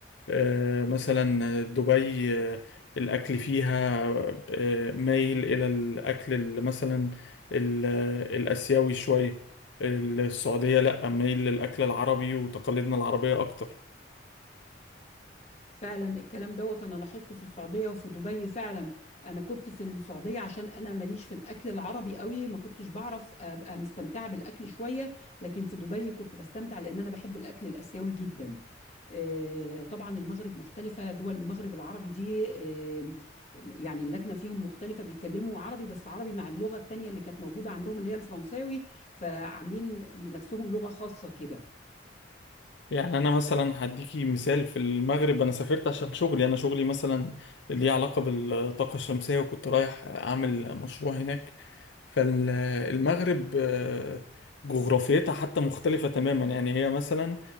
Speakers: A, on the left; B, on the left.
A: آه، مثلا دبي آه، الأكل فيها آه، مايل إلى الأكل ال- مثلا ال- الآسيوي شوية السعودية لأ مايل للأكل العربي وتقاليدنا العربية أكتر
B: فعلا الكلام دوت انا لاحظته في السعوديه وفي دبي فعلا انا كنت في السعوديه عشان انا ماليش في الاكل العربي قوي ما كنتش بعرف ابقى مستمتعه بالاكل شويه لكن في دبي كنت بستمتع لان انا بحب الاكل الاسيوي جدا آه، طبعا المغرب مختلفه دول المغرب العربي دي آه، يعني اللكنه فيهم مختلفه بيتكلموا عربي بس عربي مع اللغه التانيه اللي كانت موجوده عندهم اللي هي الفرنساوي فعاملين لنفسهم لغه خاصه كده
A: يعني انا مثلا هديكي مثال في المغرب انا سافرت عشان شغلي انا شغلي مثلا اللي ليه علاقه بالطاقه الشمسيه وكنت رايح اعمل مشروع هناك فالمغرب آه، جغرافيتها حتى مختلفه تماما يعني هي مثلا